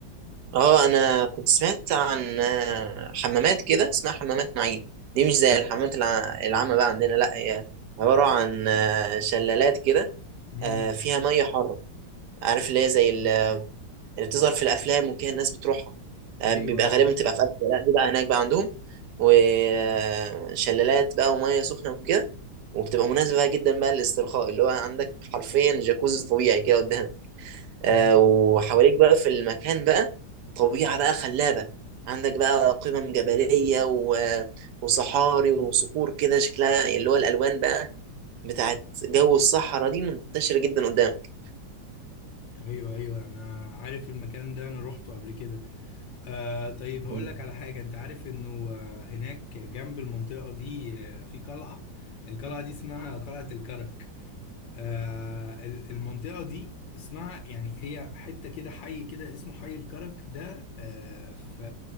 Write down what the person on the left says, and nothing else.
امم
ايوه
ايوه
مم.
ايوه ايوه انا عارف المكان ده انا روحته قبل كده آه طيب هقول
لك على حاجه انت عارف انه آه، هناك جنب المنطقه دي آه، في قلعه القلعه دي اسمها قلعه الكرك آه، ال- المنطقة دي اسمها يعني هي حتة كده حي كده اسمه حي الكرك ده آه، في